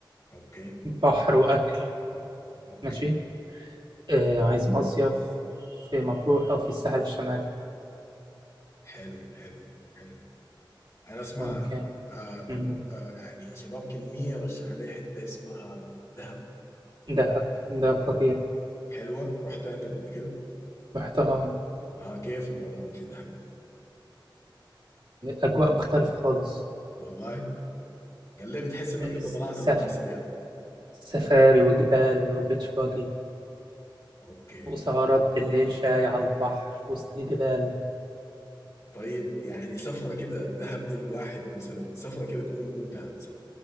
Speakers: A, on the left; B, on the right.
A: اوكي
B: بحر واكل
A: اوكي
B: ماشي آه عايز مصيف في مطروح او في الساحل الشمالي
A: حلو حلو حلو انا اسمع
B: ممكن
A: آه تمام
B: امم
A: آه يعني شباب كمية رشحوا لي حتة اسمها دهب
B: دهب دهب خطير
A: حلوه رحت انت قبل كده
B: رحتها آه
A: اه كيف البرنامج الذهبي ده؟
B: اجواء مختلفه خالص
A: والله قال لي بتحس انك
B: آه،
A: انت
B: س-
A: طلعت
B: سف
A: من مصر يعني
B: سفاري وجبال وبيتش باجي
A: اوكي
B: وسهرات بالليل شاي على البحر وسط الجبال
A: طيب يعني سفره كده دهب دي الواحد مثلا سفره كده تكون ممتعه مثلا